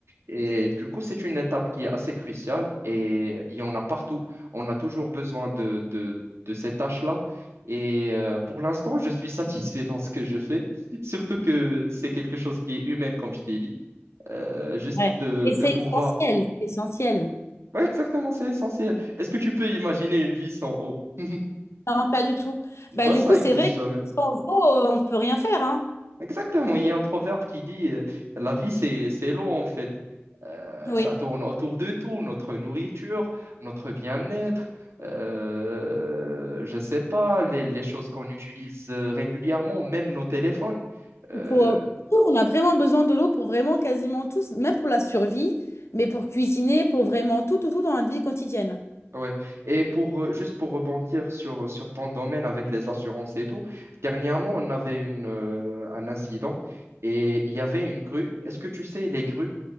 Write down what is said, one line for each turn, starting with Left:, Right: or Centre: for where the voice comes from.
Right: Et du coup, c'est une étape qui est assez cruciale et il y en a partout. On a toujours besoin de, de, de ces tâches-là. Et euh, pour l'instant, je suis satisfait dans ce que je fais, surtout que c'est quelque chose qui est humain, comme je t'ai dit. Euh, juste
Left: Ouais.
Right: de,
Left: Et c'est
Right: de pouvoir.
Left: essentiel, c'est essentiel.
Right: Ouais, exactement, c'est essentiel. Est-ce que tu peux imaginer une vie sans eau? <laughs>
Left: Non, pas du tout.
Right: Bah,
Left: Bah, du
Right: ça
Left: coup, c'est
Right: existe
Left: vrai que
Right: jamais.
Left: sans eau, euh, on peut rien faire, hein.
Right: Exactement, il y a un proverbe qui dit euh, la vie c'est c'est l'eau en fait. Euh,
Left: Oui.
Right: ça tourne autour de tout, notre nourriture, notre bien-être, euh, je sais pas, les, les choses qu'on utilise euh, régulièrement, même nos téléphones. Euh,
Left: Pour, euh, pour tout, on a vraiment besoin de l'eau pour vraiment quasiment tous, même pour la survie, mais pour cuisiner, pour vraiment tout, tout, tout dans notre vie quotidienne.
Right: ouais. Et pour euh, juste pour rebondir sur, sur ton domaine avec les assurances et tout, dernièrement on avait une, euh, un incident et il y avait une grue. Est-ce que tu sais les grues?